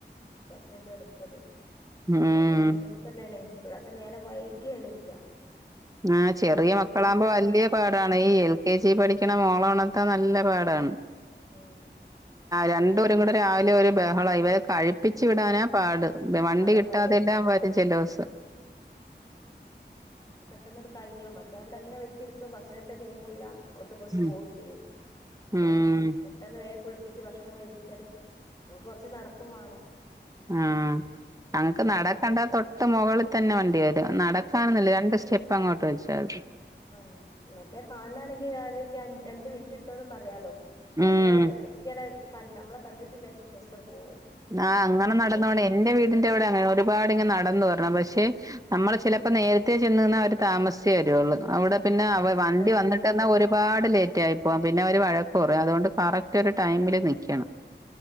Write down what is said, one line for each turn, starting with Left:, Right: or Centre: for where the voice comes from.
Left: കൊർച്ചൂസം എടുക്കും അത്.
Right: ഉം
Left: ഭയങ്കര ബുദ്ധിമുട്ട് തന്നെയാണ്. ഒക്കെ നേരം വൈകി എണീക്ക.
Right: ആ. ചെറിയ
Left: ഞാൻ റൂട്ടീൻക്കടെ
Right: മക്കളാകുമ്പോ വലിയ
Left: എത്തണം ഉം
Right: പാടാണ്. ഈ എൽ കെ ജി പഠിക്കണ മോളോണർത്താൻ നല്ല പാടാണ്.
Left: ഉം
Right: രണ്ടോരും കൂടെ രാവിലെ ഒരു ബഹള. ഇവരെ കഴി ഒപ്പിച്ചു വിടാനാ
Left: ഉം
Right: പാട്. വണ്ടി
Left: അതാ
Right: കിട്ടാതെല്ലാം
Left: പാട്
Right: വരും ചെല ദിവസം.
Left: പെട്ടന്ന് കഴിഞ്ഞോമാറ്റും അവിടെ അങ്ങനെ വെച്ചിരിക്കും ഭക്ഷണൊട്ട് നീങ്ങുല്ല. അപ്പോത്ത്ന് ബസ്
Right: ഉം
Left: പോവും ചെയ്യും. അപ്പൊ
Right: ഉം
Left: പെട്ടെന്ന് വേഗം കുളിപ്പിച്ച് ഭക്ഷണം കഴിപ്പിച്ചാല്. ഞങ്ങക്ക് കുറച്ച് നടക്കും വേണം.
Right: ആ ഞങ്ങക്ക്
Left: ബസ്സിന്റടുത്ത്ക്ക്
Right: നടക്കണ്ട തൊട്ട് മുകളിൽ തന്നെ വണ്ടി വരും. നടക്കാനൊന്നുല്ല. രണ്ട് സ്റ്റെപ്പ് അങ്ങോട്ട് വെച്ച ചതി
Left: ആ മറ്റേ കാണാണെങ്കിൽ ആടക്കി രണ്ട് മിൻറ്റ്ട്ടോന്ന് പറയാലോ. ഇത്
Right: ഉം
Left: നമ്മള് എത്തിയത കണ്ണ് നമ്മളെ കണ്ടിട്ടില്ലാച്ചെങ്കി ബസ്സ് ആണ്ട് പോവും
Right: ആ. അങ്ങനെ നടന്ന് വണം
Left: ചെയ്യും
Right: എന്റെ വീടിന്റെ ഇവിടെ അങ്ങനെ ഒരുപാട് ഇങ്ങട്ട് നടന്ന് വരണം പക്ഷെ നമ്മള് ചെല അപ്പൊ നേരത്തെേ ചെന്ന് നിന്നാ അവര് താമസിച്ചേ വരുയുള്ളൂ. അവിടെ പിന്നെ
Left: ആഹ്
Right: അവ വണ്ടി
Left: അതാ ബുദ്ധിമുട്ട്
Right: വന്നിട്ട്ന്നാ ഒരുപാട് ലേറ്റ് ആയി പോവാം പിന്നെ അവര് വഴ കുറേ അതു കൊണ്ട് കറക്റ്റ് ഒരു ടൈമില് നിക് എണം.